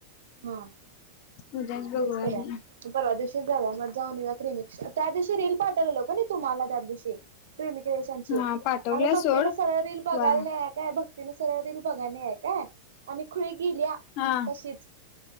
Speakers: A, on the right; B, on the left.
A: हा. हा.
B: उद्याच बघूया
A: तेच करुया
B: घे
A: म परवा दिवशी तेन जाऊया म जावून येवूया क्रिमिक्स, त्या दिवशी ती रील पाठवलेलो कणी, तुम्हाला त्या दिवशी क्रीमिक्रीएशनची
B: हा पाठवलंय
A: आणि भक्तीन
B: सोड
A: सरळ रील बघायला
B: वा
A: नाही हाय काय भक तिने सरळ रील बघाय नाही हाय काय आणि खुळी गेलीया
B: हा
A: तशीच